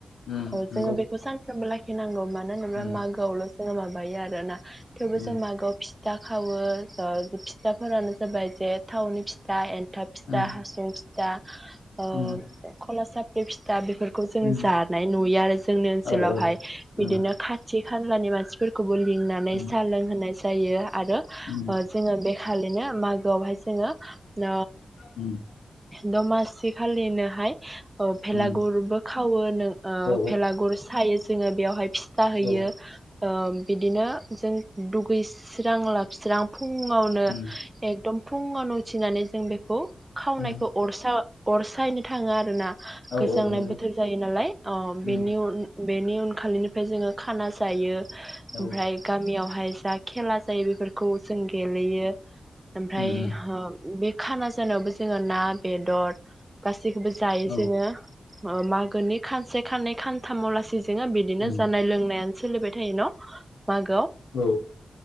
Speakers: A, on the left (about 85°); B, on the right (about 20°).
A: उम
B: औ
A: नंगौ
B: जोङो बेखौ सान बो लाखिनांगौ मा मानो होनोब्ला
A: उम
B: मागोआवल <unintelligible> <unintelligible> थेवबो
A: उम
B: जों मागोआव फि फिथा खावो ज फिथाफोरानो जाबाय जे थावनि फिथा एन फिथा फिसा
A: उम
B: हासुं दा अ
A: उम
B: खलासा बे फिथा बेफोरखौ जों
A: उम
B: जानाय नुयो आरो जोंनि ओनसोलावहाय
A: औ औ
B: बिदिनो
A: उम
B: खाथि खानलानि मानसिफोरखौ लिंनानै
A: उम
B: साह लोंहोनाय जायो। आरो
A: उम
B: जोङो बेखालिनो मागोआवहाय जोङो न
A: उम
B: दमासि खालिनोहाय भेलागुरबो
A: उम
B: खावो नों ओ
A: औ
B: भेलागुर सायो जोङो बेयावहाय फिथा होयो
A: औ
B: बिदिनो जों दुगैस्रां लोबस्रां फुङावनो
A: उम
B: एकदम फुंआवनो उथिनानै जों बेखौ खावनायखौ
A: उम
B: अरसा अरसायैनो थाङो आरो ना
A: औ
B: गोजांनाय
A: औ नंगौ
B: बोथोर जायो नालाय
A: उम
B: बेनि उन बेनि उनखालिनिफ्राय जोङो खाना जायो ओमफ्राय
A: औ उम
B: गामियावहाय सा खेला जायो बेफोरफोरखौ खौ जों गेलेयो ओमफ्राय
A: उम उम
B: बे खाना जानावबो जोङो ना बेदर गासैखौबो जायो
A: औ
B: जोङो। ओ मागोनि खानसे खानै खान थामावलासि जोङो बिदिनो
A: उम
B: जानाय लोंनायानो सोलिबाय थायो न? मागोआव
A: औ